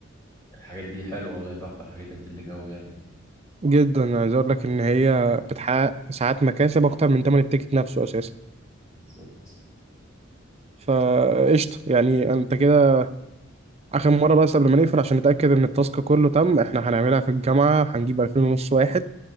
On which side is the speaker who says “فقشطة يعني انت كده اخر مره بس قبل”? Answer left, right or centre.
Right